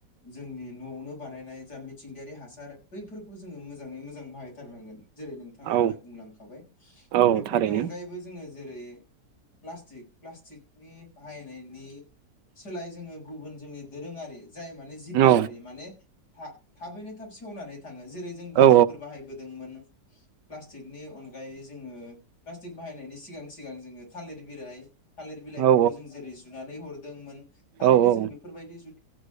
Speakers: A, on the left; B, on the right.
A: जोंनि न'आवनो बानायनाय जा। मिथिंगायारि हासार बैफोरखौ जोङो मोजाङै मोजां बाहायथारनांगोन। जेरै नोंथाङा
B: औ
A: दहाय बुंलांखाबाय
B: औ
A: बेफोरनि
B: थारैनो
A: अनगायैबो जोङो। जेरै प्लास्टिक प्लास्टिकनि बाहायनायनि सोलाय जोङो गुबुन जोंनि दोरोङारि जाय माने जिबियारि
B: औ
A: माने थाबैनो थाब सेवनानै थां थाङो जेरै जों गोदोफोर
B: औ
A: बाहायबोदोंमोन। प्लास्टिकनि अनगायै जोङो प्लास्टिक बाहायनायनि सिगां सिगां जोङो थालिर बिलाइ थालिर बिलाइफोर
B: औ
A: जों जेरै जुनानै हर दोंमोन। थारैनो
B: औ औ
A: जों बेफोरबायदि जु